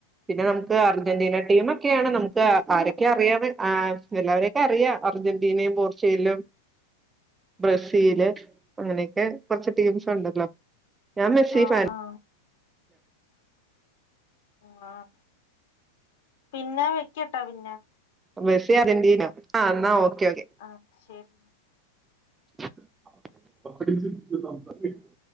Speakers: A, on the right (about 15°); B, on the left (about 70°).
A: പിന്നെ നമുക്ക് അർജന്റീന ടീമൊക്കെയാണ് നമുക്ക് ആരൊക്കെ അറിയാ മീൻസ് ആഹ് എല്ലാവരെയൊക്കെ അറിയാ അർജെന്റീനെയും പോർച്ച്ഗെല്ലും ബ്രസീല് അങ്ങെനെയെക്കെ കാെർച്ച് ടീംസുണ്ടല്ലോ ഞാൻ മെസ്സീ
B: ആ ആ
A: ഫാൻ
B: ആ ആഹ് പിന്നെ വെക്ക്യട്ടാേ പിന്നാ
A: മെസ്സി അറൻ്റീനാ ആഹ് ന്നാ ഓക്കെ ഓക്കെ
B: ആഹ് ശരി
A: <unintelligible>